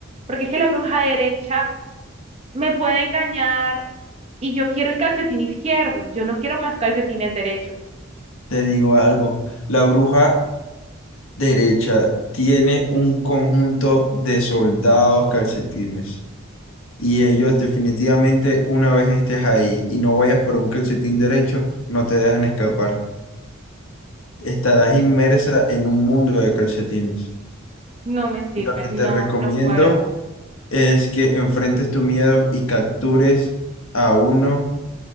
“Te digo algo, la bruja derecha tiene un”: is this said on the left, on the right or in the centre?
Left